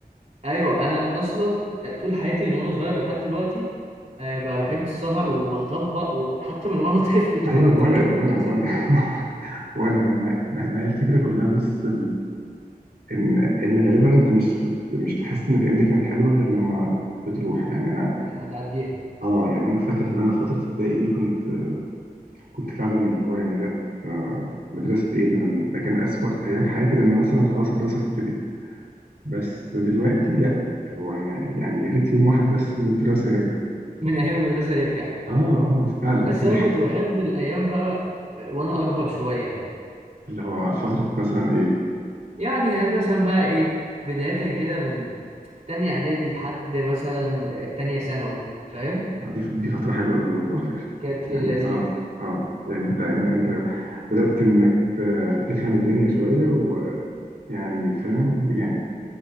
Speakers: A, on the right; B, on the right.
A: ايوه انا اصلا طول حياتي من وانا صغير لحد دلوقتي آه، ب- بحب السهر وبطبق وحتى من وانا <laughs> طفل
B: أيوه
A: فكنت
B: وأنا
A: بغيب
B: وأنا
A: من المدرسه
B: وأنا
A: كتير
B: <laughs> وأنا ما ما- ما هي الفكرة كلها بص ان ان غالبا انت مش بت... مش بتحس ان الايام دي كانت حلوه غير لما بتروح يعني انا
A: لما تعديها
B: اه يعني انا فاكر ان انا في فتره ابتدائي دي كنت كنت فعلا اللي هو يعني لا ده مدرسه ايه ده أنا- ده كان اسوأ ايام حياتي لما مثلا خلاص الدراسه تبتدي بس دلوقتي لا هو يعني يعني يا ريت يوم واحد بس من الدراسه يرجع
A: من ايام المدرسه يرجع
B: اه اه فعلا
A: بس
B: <laughs>
A: انا كنت بحب الايام بقى آه، وانا اكبر شويه يعني
B: اللي هو فتره مثلا ايه
A: يعني مثلا بقى ايه بدايه كده من تانية اعدادي لحد مثلا التانية ثانوي فاهم
B: آه، دي دي فترة حلوة قوي برضه على فكرة
A: كانت في
B: يعني
A: اللذيذ
B: اه اه يعني انت انت انت بدأت انك ت- تفهم الدنيا شوية ويعني فاهم يعني